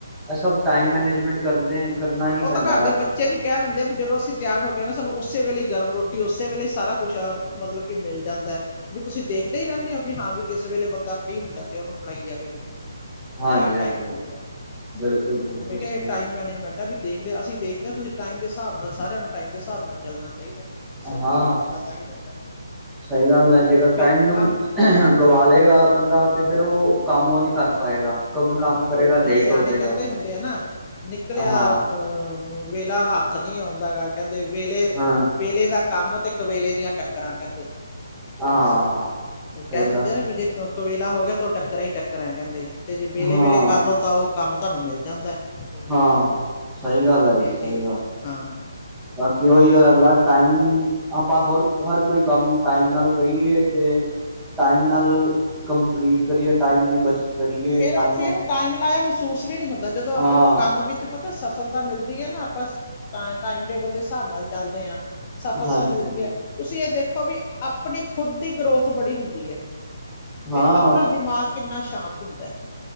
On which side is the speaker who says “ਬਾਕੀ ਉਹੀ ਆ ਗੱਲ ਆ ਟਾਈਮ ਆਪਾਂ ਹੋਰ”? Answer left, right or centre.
Centre